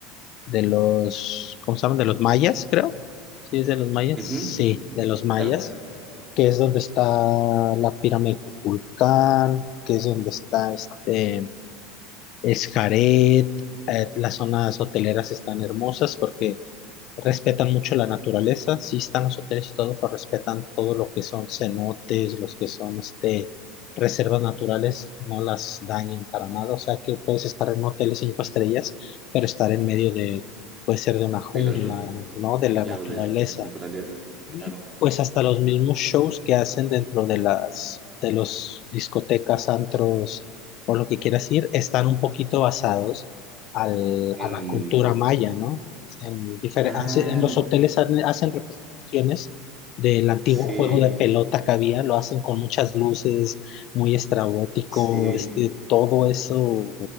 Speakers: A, on the left; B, on the right.
A: de los, ¿cómo se llaman? De los mayas, creo. Sí, es de los mayas.
B: ujú.
A: Sí, de los mayas,
B: Claro,
A: que es donde está la pirámide de Kukulcán, que es donde está este Xcaret, eh, las zonas hoteleras están hermosas porque Respetan mucho la naturaleza, sí están los hoteles y todo, pero respetan todo lo que son cenotes, los que son este, reservas naturales, no las dañan para nada. O sea que puedes estar en un hotel de cinco estrellas, pero estar en medio de, puede ser de una jungla,
B: de la, natura-
A: ¿no? De la
B: claro,
A: naturaleza.
B: de, la de la naturaleza,
A: Y
B: claro.
A: pues hasta los mismos shows que hacen dentro de las de los discotecas, antros o lo que quieras ir, están un poquito basados al-
B: En,
A: a la cultura maya, ¿no? en difer-
B: ah,
A: hace- en los hoteles han- hacen representaciones del antiguo
B: sí,
A: juego de pelota que había, lo hacen con muchas luces, muy estrabótico,
B: sí.
A: este, todo eso,